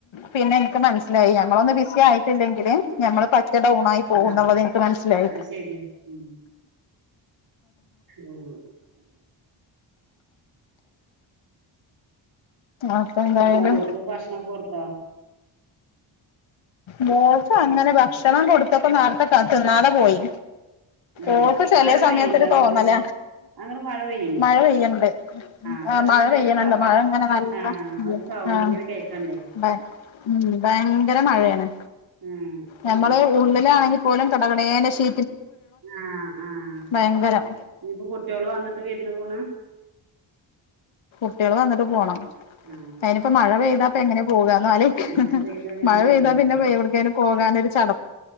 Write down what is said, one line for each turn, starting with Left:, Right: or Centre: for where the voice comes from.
Left: പിന്നെ ഇൻക്ക് മനസ്സിലായി ഞമ്മളൊന്ന് ബിസി ആയിട്ടില്ലെങ്കിൽ ഞമ്മള് പറ്റ ഡൗണായി പോവും. പൊവ്ന്നുള്ളത്
Right: ആ
Left: ഇൻക്ക് മനസ്സിലായ്
Right: ആ അത് ശരിയാ ഉം ഉം
Left: അപ്പൊ എന്തായാലും
Right: മോൾക്ക് ഭക്ഷണൊക്കെ കൊടുത്തോ
Left: മോൾക്കങ്ങനെ ഭക്ഷണം കൊടുത്തപ്പൊ നാർത്തെ ക തിന്നാതെ പോയി
Right: ഏ
Left: ഓക്ക് ചെലേ
Right: മഴ
Left: സമയത്തൊരു
Right: പെയ്യണ്ടോ അങ്ങട്ട്
Left: തോന്നല
Right: അങ്ങട് മഴ പെയ്യണ്ടോ
Left: മഴ പെയ്യ്ണ്ട്
Right: അതാണ്
Left: ആ മഴ
Right: ഇങ്ങനെ
Left: പെയ്യ്ണ്
Right: ഒരു സൗ
Left: ണ്ട് മഴങ്ങനെ നല്ല
Right: ആഹ് ഒരു സൗണ്ട്
Left: ആഹ്
Right: ഇങ്ങനെ കേക്കണ്ടേ
Left: മ. ഉം ഭയങ്കര മഴയേണ്.
Right: ആഹ്
Left: ഞമ്മള് ഉള്ളിലാണെങ്കിൽ പോലും കടകടേനെ ഷി
Right: ആഹാ ആഹാ
Left: ഭയങ്കരം
Right: ഇനിയിപ്പോ കുട്ടിഓള് വന്നിട്ട വിരുന്ന് പോണ്
Left: കുട്ട്യാള് വന്നിട്ട് പോണം.
Right: ആഹ്
Left: അയിന്പ്പം മഴ പെയ്താപ്പെങ്ങനെ പോകാന്നാല്
Right: മഴ പെയ്ത അങ്ങനെ
Left: മഴ
Right: പോവല്ലേ
Left: പെയ്താ പിന്നെ വേവ്ടക്കേലു പോകാനൊര് ചട